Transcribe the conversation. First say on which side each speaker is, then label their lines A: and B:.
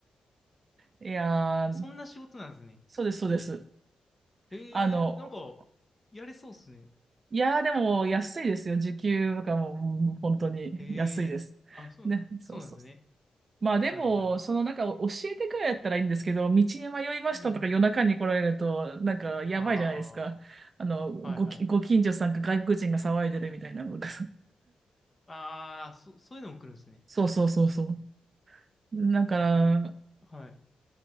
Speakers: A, on the right; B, on the left.
A: いやー、
B: あ、そんな仕事なんですね。
A: そうです、そうです。
B: ええー、
A: あの、
B: なんか、やれそうっすね。
A: いやー、でも安いですよ。時給とかも、うん本当に安いです。
B: ええー、あ、そう、
A: ね、そうそう。
B: そうなんですね。
A: まあでも、
B: はいはい。あ、
A: そのなんか教えてくらいだったらいいんですけど、道に迷いましたとか夜中に来られると、
B: うん
A: なんかやばいじゃないですか。
B: あ
A: あの、ごき、
B: あ、はいはい。
A: ご近所さんか外国人が騒いでるみたいなのが。
B: ああ、そ、そういうのも来るんですね。
A: <laughs> そうそうそうそう。だから、
B: はい。